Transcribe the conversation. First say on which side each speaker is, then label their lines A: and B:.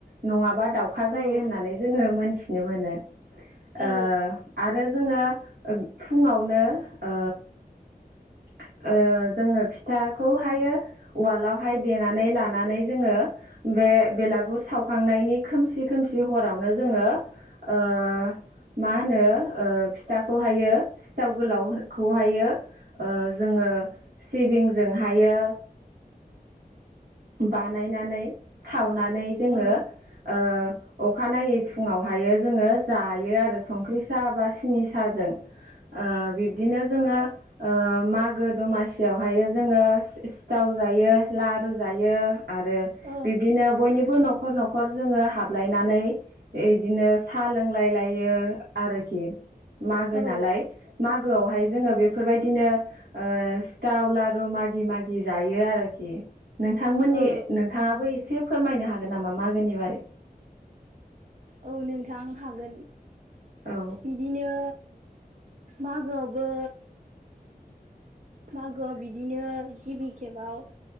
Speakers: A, on the right; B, on the right.
A: नङाबा? दाउखा जायो
B: औ औ
A: होननानै जोंङो मोनथिनो मोनो ओ
B: औ
A: आरो जोंङो फुङावनो ओ <unintelligible> ओ जोङो फिथाखौहायो उवालावहाय देनानै लानानै जोङो बे बेलागुर सावखांनायनि खोमसि खोमसि हरावनो जोंङो ओ मा होनो ओ फिथाखौहायो सिथाव गोलावखौहायो ओ जोंङो सिबिंजों हायो बानायनानै सावनानै जोंङो
B: औ
A: ओ अखानायै फुङावहायो जोंङो जायो आरो संख्रि साहा बा सिनि साहा जों ओ बिदिनो जोंङो ओ मागो दमासियावहायो जोंङो सिथाव जायो लारु जायो आरो
B: औ
A: बिब्दिनो बयनिबो न'खर न'खर न'खर जोङो हाबलायनानै इदिनो साहा लोंलायलायो आरोखि‌। मागो
B: औ
A: नालाय मागोआवहाय जोंङो
B: औ
A: बेफोरबायदिनो ओ सिथाव लारु मागि मागि जायो आरोखि नोंथांमोननि
B: औ
A: नोंथाङाबो एसे फोरमायनो हागोन नामा मागोनि बारै? <inaudible>
B: औ नोंथां हागोन।
A: औ
B: बिदिनो मागोआवबो मागोआव बिदिनो गिबि खेबाव